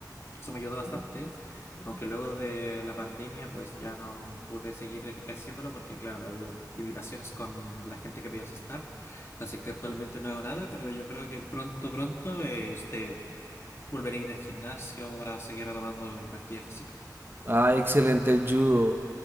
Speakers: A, on the left; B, on the right.
A: Eso me ayudó bastante, aunque luego de la pandemia pues ya no pude seguir ej- haciéndolo porque claro, había limitaciones con la gente que podías estar, así que actualmente no hago nada, pero yo creo que pronto, pronto, eh, este... Volver a ir al gimnasio para seguir retomando la actividad física.
B: Ah, excelente el judo.